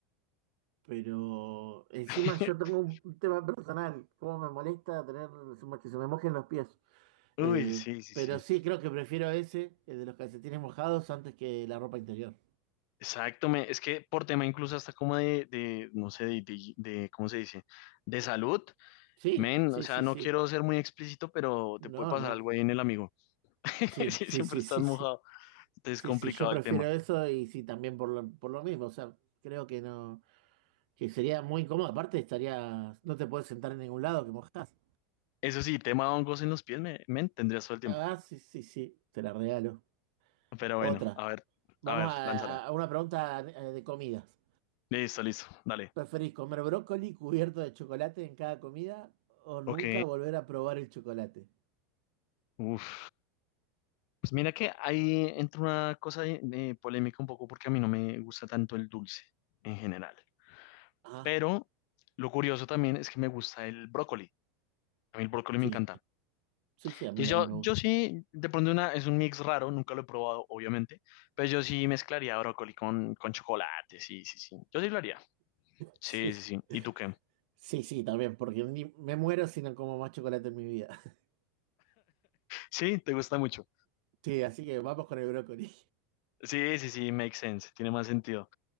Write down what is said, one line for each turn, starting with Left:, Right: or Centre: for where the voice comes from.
Right: pero encima
Left: <laughs>
Right: yo tengo un tema personal, cómo me molesta tener que se me mojen los pies. Eh,
Left: Uy, sí, sí,
Right: pero
Left: sí.
Right: sí, creo que prefiero ese, el de los calcetines mojados, antes que la ropa interior.
Left: Exacto. me- es que por tema incluso hasta como de, de no sé, de, de- de- ¿cómo se dice? De salud.
Right: Sí,
Left: Men,
Right: sí,
Left: o sea,
Right: sí,
Left: no
Right: sí.
Left: quiero ser muy explícito, pero
Right: No,
Left: te puede pasar
Right: no.
Left: algo ahí en el amigo. <laughs>
Right: Sí,
Left: Sí,
Right: sí,
Left: siempre
Right: sí,
Left: estás
Right: sí, sí.
Left: mojado. Entonces
Right: Sí,
Left: es complicado
Right: sí, yo prefiero
Left: el tema.
Right: eso y sí, también por lo, por lo mismo. O sea, creo que no, que sería muy incómodo. Aparte, estaría, no te puedes sentar en ningún lado que mojás.
Left: Eso sí, tema hongos en los pies me, me tendrías todo el tiempo.
Right: Ah, sí, sí, sí, te la regalo.
Left: Pero
Right: Otra.
Left: bueno, a ver,
Right: Vamos
Left: a ver,
Right: a,
Left: lánzala.
Right: a una pregunta eh, de comidas.
Left: Listo, listo, dale.
Right: ¿Preferís comer brócoli cubierto de chocolate en cada comida o
Left: Ok,
Right: nunca volver a probar el chocolate?
Left: uf. Pues mira que ahí entra una cosa de, de polémica un poco porque a mí no me gusta tanto el dulce en general.
Right: Ah,
Left: Pero lo curioso también es que me gusta el brócoli. A mí el brócoli
Right: sí,
Left: me encanta.
Right: sí, sí, a
Left: Entonces
Right: mí también
Left: yo,
Right: me gusta.
Left: yo sí, de pronto una, es un mix raro, nunca lo he probado, obviamente. Pero yo sí mezclaría brócoli con, con chocolate, sí, sí, sí. Yo sí lo haría. Sí,
Right: <laughs> Sí,
Left: sí, sí. ¿Y tú qué?
Right: sí, sí, también, porque ni- me muero si no como más chocolate en mi vida. <laughs>
Left: Sí, te gusta mucho.
Right: Sí, así que vamos con el brócoli.
Left: Sí, sí, sí, makes sense, tiene más sentido.